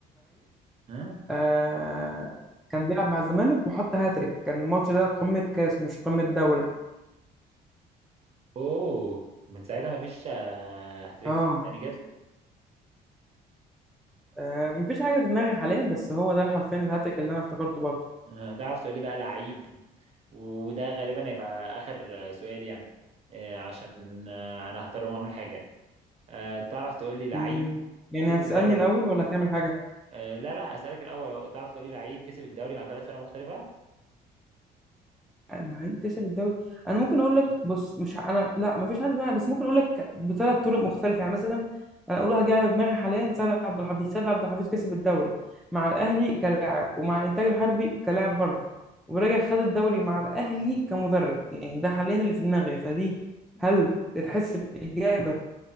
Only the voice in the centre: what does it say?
آه، كان بيلعب مع الزمالك وحط هاتريك كان الماتش ده قمة كاس مش قمة دوري
اه
آه، مفيش حاجة في دماغي حاليا بس هو ده حرفيا الهاتريك اللي أنا افتكرته برضه
مم، يعني
هتسألني
الأول ولا هتعمل حاجة؟
انا هيكتسب الدوري انا ممكن اقول لك بص مش ه- انا لا ما فيش حد معايا بس ممكن اقول لك بثلاث طرق مختلفه يعني مثلا انا اقول حاجه على دماغي حاليا سيد عبد الحفيظ سيد عبد الحفيظ كسب الدوري مع الاهلي كلاعب ومع الانتاج الحربي كلاعب برضه ورجع خد الدوري مع الاهلي كمدرب يعني ده حاليا اللي في دماغي فدي هل تتحسب اجابه